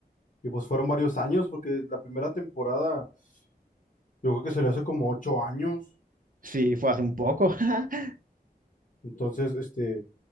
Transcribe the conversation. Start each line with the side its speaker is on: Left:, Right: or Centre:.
Left: Y pues fueron varios años, porque la primera temporada, yo creo que salió hace como ocho años.
Right: Sí, fue hace un poco. <laughs>
Left: Entonces, este,